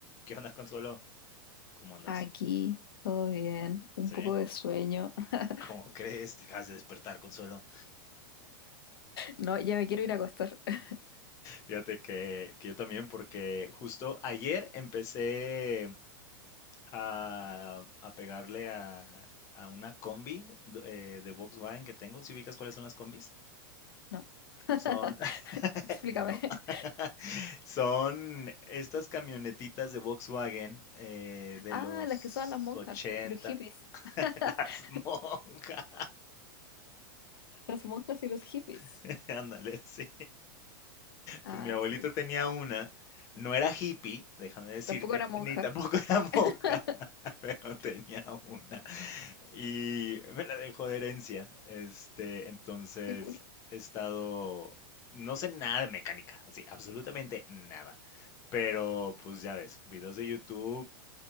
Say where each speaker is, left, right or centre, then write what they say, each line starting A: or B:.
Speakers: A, on the left; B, on the left.
A: ¿Qué onda, Consuelo? ¿Cómo andas?
B: Aquí, todo bien, un
A: ¿Sí?
B: poco de sueño. <laughs>
A: ¿Cómo crees? Te acabas de despertar, Consuelo.
B: No, ya me quiero ir a acostar. <laughs>
A: Fíjate que, que yo también, porque justo ayer empecé a, a pegarle a, a una combi do- eh, de Volkswagen que tengo. ¿Si ubicas cuáles son las combis?
B: No. <laughs>
A: Son, <laughs>
B: Explícame.
A: no, <laughs> son estas camionetitas de Volkswagen eh, de
B: Ah,
A: los
B: las que usaban las monjas
A: 80,
B: y los hippies.
A: <laughs>
B: <laughs>
A: las monjas.
B: Las monjas y los hippies.
A: <laughs> Ándale, sí.
B: Ah,
A: Pues mi abuelito
B: las ubico.
A: tenía una, no era hippie, déjame decirte,
B: Tampoco era monja.
A: ni tampoco era
B: <laughs>
A: monja, <laughs> pero tenía una y me la dejó de herencia. Este, entonces
B: Qué cool.
A: he estado, no sé nada de mecánica, así, absolutamente nada. Pero pues ya ves, videos de YouTube,